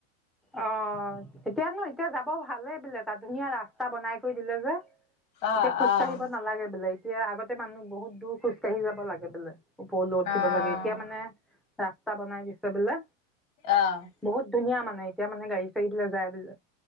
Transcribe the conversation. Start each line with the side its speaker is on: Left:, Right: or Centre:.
Centre: অ এতিয়ানো এতিয়া যাব ভালে বোলে তাত ধুনীয়া ৰাস্তা বনাই কৈ দিলে যে
Left: অ',
Centre: এতিয়া খোজকাঢ়িব
Left: অ',
Centre: নালাগে বোলে এতিয়া আগতে মানুহ বহুত দূৰ খোজকাঢ়ি যাব লাগে বোলে ওপৰলৈ উঠিব
Left: অ',
Centre: লাগে এতিয়া মানে ৰাস্তা বনাই দিছে বোলে
Left: অ',
Centre: বহুত ধুনীয়া মানে এতিয়া মানে গাড়ী চাৰি যায় বুলে